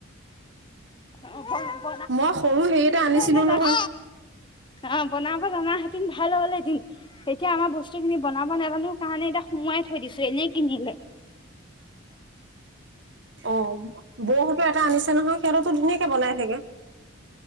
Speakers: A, on the left (about 20°); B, on the right (about 55°).
A: অ বনাব
B: মই, সৰু হেৰি এটা আনিছিলোঁ
A: নাজানো
B: নহয়।
A: অ'! বনাব জনা হেতেন, ভাল হ'ল হেতেন। এতিয়া আমাৰ বস্তু খিনি বনাব নাজানোঁ কাৰণে, এতিয়া সোমোৱাই থৈ দিছে, এনেই কিনিলে।
B: অ'! বৌহঁতে এটা আনিছে নহয়! সিহঁতৰটো ধুনীয়াকে বনাই থাকে।